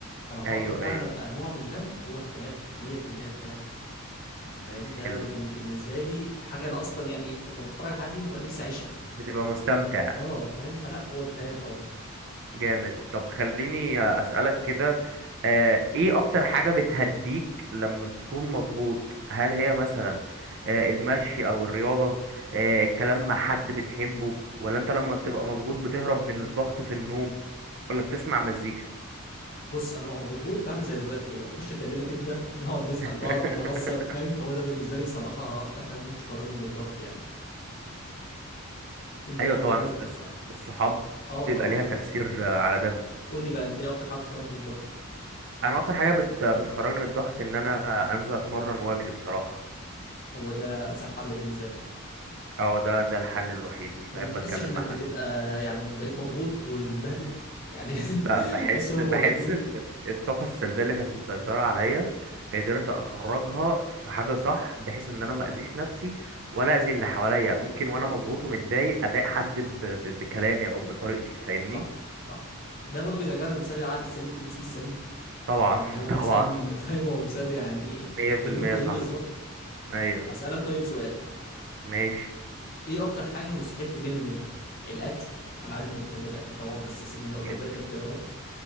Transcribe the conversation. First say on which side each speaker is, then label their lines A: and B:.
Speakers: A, on the left (about 40°); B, on the right (about 50°).
A: فلو هقدر
B: أيوه
A: فعلا
B: أيوه
A: ابقى نوع من ده هو الخيال 100% الخيال انت فاهم ده
B: حلو
A: بالن- بالنسبه لي حاجه انا اصلا يعني لما بتفرج على حد دي ببقى نفسي اعيشها
B: بتبقى مستمتع
A: اه فاهم فلا هو الخيال طبعا
B: جامد طب خليني أسألك كده آه، ايه اكتر حاجة بتهديك لما بتكون مضغوط هل هي مثلا آه، المشي او الرياضة آه، الكلام مع حد بتحبه ولا انت لما بتبقى مضغوط بتهرب من الضغط في النوم ولا بتسمع مزيكا
A: بص انا ببقى مضغوط بعمل زي دلوقتي كده بخش اكلمك انت نقعد نسأل
B: <laughs>
A: بعض نهزر فاهم هو ده بالنسبه لي بصراحه اكتر حاجه ممكن تخرجني من الضغط يعني انت
B: ايوه
A: ايه اكتر
B: طبعا
A: حاجه
B: الس-
A: بتخ...
B: الس- الصحاب
A: اه طبعا
B: بيبقى ليها تأثير آه، على ده
A: قول لي بقى انت ايه اكتر حاجه بتخرجك من الضغط
B: انا اكتر حاجة بت- بتخرجني من الضغط ان انا انزل اتمرن واجري بصراحة
A: هو ده انسب حل بالنسبه لك
B: اه ده ده الحل الوحيد مش
A: انت ما
B: بحب
A: بتحسش
B: اتكلم
A: انك
B: مع حد
A: بتبقى يعني بقيت مضغوط ومتبهدل يعني
B: لا
A: <laughs>
B: بحس
A: تحس هو
B: بحس
A: بقول الاتنين
B: ان الطاقه السلبيه اللي كانت مسيطره عليا قدرت اخرجها في حاجه صح بحيث ان انا ما اذيش نفسي ولا اذي اللي حواليا ممكن وانا مضغوط ومتضايق اضايق حد ب... ب... بكلامي او بطريقتي فاهمني
A: صح صح ده برضو يرجعنا لمثال العقل السليم في الجسم السليم
B: طبعا
A: يعني هو
B: <laughs>
A: مثال
B: طبعا
A: <laughs> فاهم هو مثال يعني
B: 100%
A: في النقطه
B: صح
A: دي بالظبط
B: ايوه
A: اسالك طيب سؤال
B: ماشي
A: ايه اكتر حاجة مستحيل تمل منها الاكل انا عارف انك بتحب الاكل طبعا بس سيبني اقول
B: جدا
A: لك باقي الاختيارات